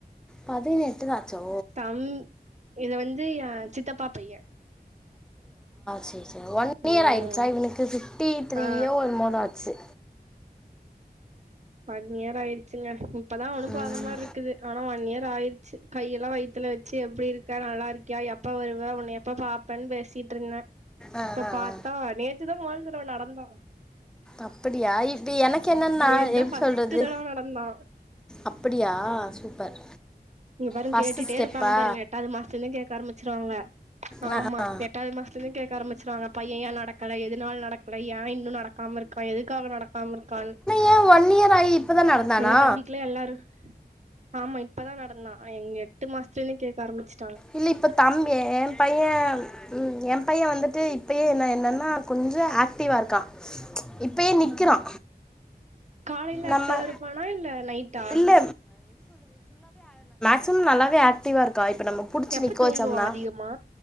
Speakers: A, in the centre; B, on the right (about 45°).
A: பதினெட்டு தாச்சோ
B: தம் இது வந் து ஏ சித்தப்பா பைய
A: சேரி சேரி ஒன் இயர்
B: ம்
A: ஆயிடுச்சா இவனுக்கு பிப்டிதிரீயோ
B: ஆ
A: என்னமோ தா ஆச்சி
B: ஒன் இயர் ஆயிருச்சுங்க இப்பதா அவனும்
A: ம்
B: பொறந்த மாதிரி இருக்குது ஆனா ஒன் இயர் ஆயிருச்சி கையெல்லா வயித் துல வச்சி எப்டி இருக்க நல்லா இருக்கியா எப்ப வருவ உன்னய எப்ப பாப்பேன்னு பேசிட்டுருந்தே
A: ஆ
B: இப்ப
A: ஆ
B: பாத்தா
A: ஆ
B: நேத்துதா மொதல் தடவ நடந்தா
A: அப்டியா இப் இப்ப எனக்கு என்னன்னா
B: நேத்து தா
A: எப்டி
B: ஃபஸ்ட்டு
A: சொல்றது
B: தடவ நடந்தா
A: அப்டியா சூப்பர்
B: இங்க பாருங்க
A: ஃபஸ்ட்டு
B: கேட்டுட்டே
A: ஸ்டெப்பா
B: இருப்பாங்க பாருங்க எட்டாவது மாசத்துலயே கேக்க ஆரம்பிச்சிருவாங்க ஆமா
A: ஆ ஆ
B: எட்டாவது மாசத்துலேருந் கேக்க ஆரம்பிச்சுருவாங்க பைய ஏ ந நடக்கல எதுனால நடக்கல ஏ இன்னு நடக்காம இருக்கா எதுக்காக நடக்காம இருக்கான்னு
A: ஏ ஒன் இயர் ஆகி இப்பதா நடந்தானா
B: எங்க தம்பிக்குலா எல்லாரு ஆமா இப்பதா நடந்தா இங்க எட்டு மாசத்துலேருந்து கேக்க ஆரம்பிச்சு
A: இல்ல இப்ப தம்பி ஏ பைய ம் ஏ பைய வந்துட்டு இப்பயே என்ன என்னன்னா கொஞ்ச ஆக்டிவா இருக்கா இப்பயே நிக்கிறா
B: காலையில
A: நம்ம
B: அட்டு வறுப்பானா இல்ல நைட்டா
A: இல்ல சிமம் நல்லாவே ஆக்டீவா இருக்கா இப்ப நம்ம புடிச்ச
B: எப்ப
A: நிக்க
B: தூங்குவா
A: வச்சோம்னா
B: அதிகமா